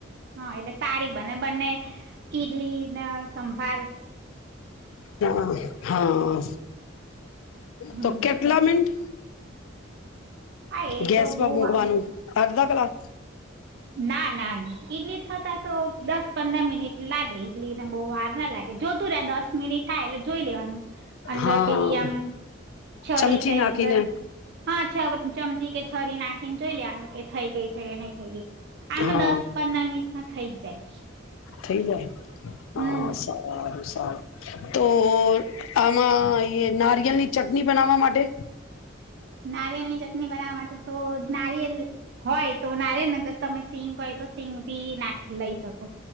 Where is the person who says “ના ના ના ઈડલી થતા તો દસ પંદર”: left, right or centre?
Right